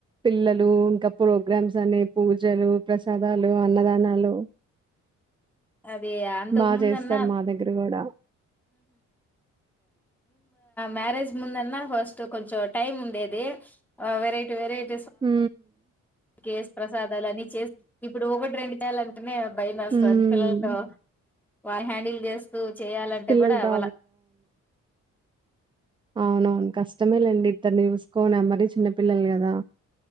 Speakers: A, on the right; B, in the centre.
A: పిల్లలు ఇంకా ప్రోగ్రామ్స్ అనే పూజలు ప్రసాద చదాలు అన్నదానాలు
B: అదే అంతకు
A: బా
B: ముందన్నమ్
A: చేస్తారు మా దగ్గర కూడా
B: మ్యారేజ్ ముందన్నా ఫస్ట్ కొంచెం టైం ఉండేది ఆ వెరైటీ వెరైటీ
A: హ
B: కేసు ప్రసాదాలు అని చేస్త ఇప్పుడు ఒకటి రెండు చాలంటునే భయమ్ వేస్తాంది
A: హ్మ్
B: పిల్లలు తొ వహడి <unintelligible> బిల్ చేస్తూ చేయాలంటే
A: పిల్లలతో
B: కూడా అవలా
A: అవునువును కష్టమేలండి ఇద్దరిని చుస్ కోన మరి చిన్న పిల్లలు కదా